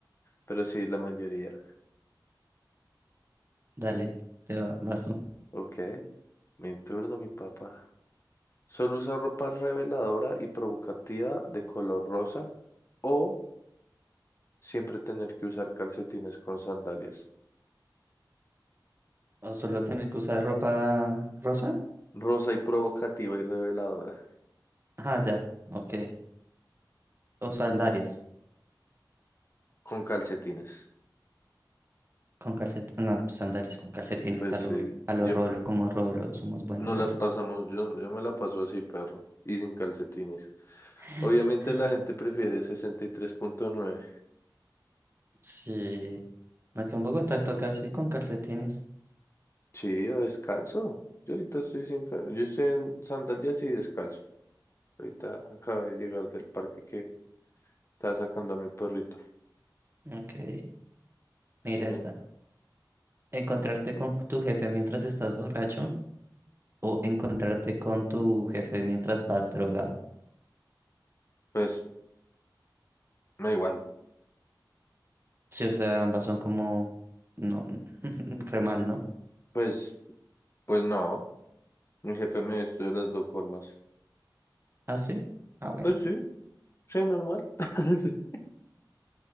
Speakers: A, on the left; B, on the right.
A: Pero sí, la mayoría.
B: Dale, te va- vas tú.
A: Ok, mi turno, mi papá. Solo usa ropa reveladora y provocativa de color rosa o siempre tener que usar calcetines con sandalias.
B: O solo tener que usar ropa rosa.
A: Rosa y provocativa y reveladora
B: Ah, ya, ok. O sandalias
A: con calcetines.
B: con calcetines. No, pues sandalias con calcetines
A: Pues
B: a lo,
A: sí,
B: a lo
A: yo
B: rolo, como rolo. Somos buenos
A: no
B: rolos.
A: las pasamos, yo, yo me la paso así, perro, y sin calcetines.
B: <laughs>
A: Obviamente la gente prefiere sesenta y tres punto nueve.
B: Sí. Aquí en Bogotá toca así con calcetines.
A: Sí, o descalzo. Yo ahorita estoy sin... ca- Yo estoy en sandalias y descalzo. Ahorita acabé de llegar del parque que estaba sacando a mi perrito.
B: Ok. Mira
A: Sí, mi
B: esta.
A: hermano.
B: Encontrarte con tu jefe mientras estás borracho o encontrarte con tu jefe mientras vas drogado.
A: Pues, no igual.
B: Sí, o sea, ambas son como... No, <laughs> re mal, ¿no?
A: Pues, pues no. Mi jefe me estudió de las dos formas.
B: ¿Ah, sí? Ah, bueno.
A: Pues sí, sí, normal. <laughs> Sí.